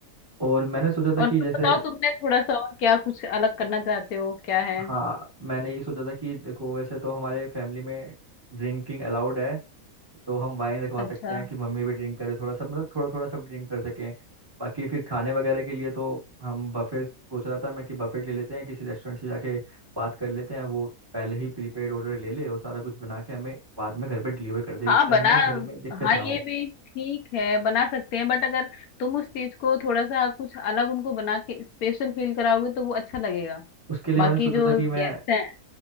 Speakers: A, on the right; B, on the left.
A: और मैंने सोचा था
B: और
A: कि जैसे
B: तुम बताओ तुमने थोड़ा सा और क्या कुछ अलग करना चाहते हो क्या है
A: हाँ मैंने ये सोचा था कि देखो वैसे तो हमारे फैमिली में ड्रिंकिंग अलाउड है तो हम वाइन रखवा
B: अच्छा
A: सकते हैं कि मम्मी भी ड्रिंक करे थोड़ा सा मतलब थोड़ा थोड़ा सब ड्रिंक कर सकें बाकी फिर खाने वगैरह के लिए तो हम बफे सोच रहा था मैं कि बफेट ले लेते हैं किसी रेस्टोरेंट से जाके बात कर लेते हैं वो पहले ही प्रीपेड ऑर्डर ले ले और सारा कुछ बना के हमें बाद में घर पे डिलीवर कर दे
B: हाँ
A: जिससे
B: बना
A: हमें घर में दिक्कत
B: हाँ
A: ना
B: ये
A: हो
B: भी ठीक है बना सकते हैं बट अगर तुम उस चीज को थोड़ा सा कुछ अलग उनको बना के स्पेशल फील कराओगे तो वो अच्छा लगेगा
A: उसके लिए
B: बाकी
A: मैंने सोचा
B: जो
A: था कि
B: गेस्ट
A: मैं
B: हैं